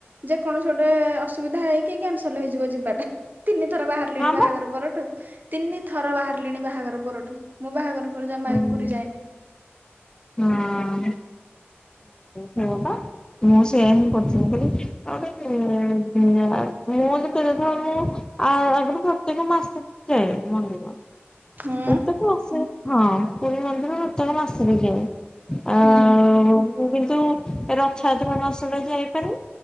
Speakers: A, on the right; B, on the left.
A: ଯେକୌଣସି ଗୋଟେ ଅସୁବିଧା ହେଇକି କ୍ୟାନସଲ ହେଇଯିବ ଯିବାଟା। ତିନି ଥର ବାହାରିଲିଣି
B: ହଁ
A: ବାହାଘର
B: ବା
A: ପରଠୁ, ତିନି ଥର ବାହାରିଲିଣି ବାହାଘର ପରଠୁ। ମୁଁ ବାହାଘର ପରେ ଜମା
B: ହୁଁ
A: ବି ପୁରୀ ଯାଇନି।
B: ହଁ।
A: <inaudible>
B: ସେଇଆ ପା ମୁଁ ସେୟା ହିଁ କରୁଥିଲି ମୁଁ କହିଲି ଗୋଟେ ମୁଁ ଯେତଳେ ଦେଖ ମୁଁ ଆ ଆଗରୁ ପ୍ରତ୍ୟେକ ମାସ ଯାଏ ମନ୍ଦିର।
A: ହୁଁ
B: ପ୍ରତ୍ୟେକ ମାସ, ହଁ ପୁରୀ ମନ୍ଦିର ପ୍ରତେକ ମାସରେ ଯାଏ। ଆ
A: ହୁଁ
B: ମୁ କିନ୍ତୁ ରଥଯାତ୍ରା ମାସଟା ଯାଇପାରେନି।